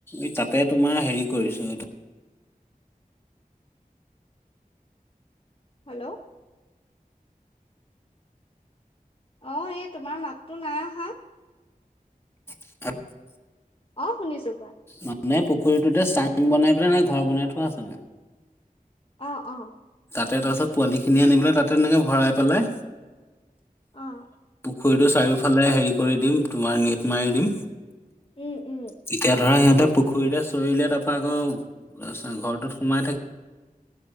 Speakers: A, on the left; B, on the left.
A: এই তাতে তোমাৰ হেৰি কৰিছো এইটো
B: হেল্ল'! অ এই তোমাৰ মাতটো নাই অহা।
A: <unintelligible>
B: অ শুনিছো কোৱা।
A: মানে পুখুৰীটোতে চাং বনাই পেলাই এনে ঘৰ বনাই থোৱা আছে মানে।
B: অ অ।
A: তাতে তাৰ পাছত পোৱালি খিনি আনি পেলাই তাতে এনেকে ভৰাই পেলাই
B: অ
A: পু খুৰীটো চাৰিওফালে হেৰি কৰি দিম তোমাৰ নেট মাৰি দিম।
B: উম উম।
A: তেতিয়া ধৰা সিহঁতে পুখুৰীতে চৰিলে তাৰপৰা আকৌ ঘৰটোত সোমাই থাকিব।